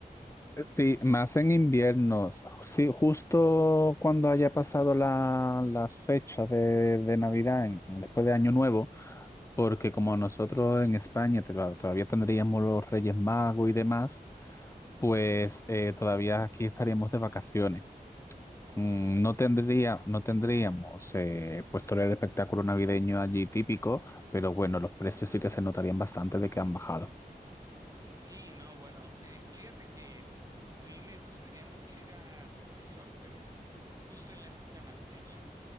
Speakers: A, on the left; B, on the right.
A: Sí, más en inviernos. Sí, justo cuando haya pasado la- las fechas de, de Navidad, en- después de Año Nuevo, porque como nosotros en España te- claro, todavía tendríamos los Reyes Magos y demás, pues eh, todavía aquí estaríamos de vacaciones.
B: Ok.
A: Mm, No tendría, no tendríamos eh, pues todo el espectáculo navideño allí típico, pero bueno, los precios sí que se notarían bastante de que han bajado.
B: Sí, no, bueno, eh, fíjate que a mí me gustaría mucho ir a Nueva York, pero justo en la época navideña.